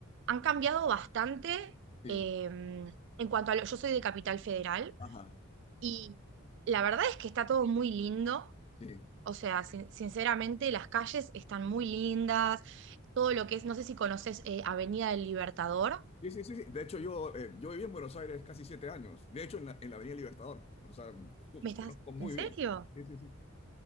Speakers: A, on the right (about 55°); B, on the left (about 30°).
A: han cambiado bastante
B: Sí,
A: eh, en cuanto a lo, yo soy de Capital Federal,
B: ajá,
A: y la verdad es que está todo muy lindo,
B: sí.
A: O sea, sin- sinceramente, las calles están muy lindas. Todo lo que es, no sé si conoces eh, Avenida del Libertador.
B: Sí, sí, sí. sí. De hecho, yo, eh, yo viví en Buenos Aires casi siete años. De hecho, en la, en la Avenida Libertador. O sea, ju-
A: ¿Me estás?
B: conozco muy
A: ¿En serio?
B: bien. Sí, sí, sí.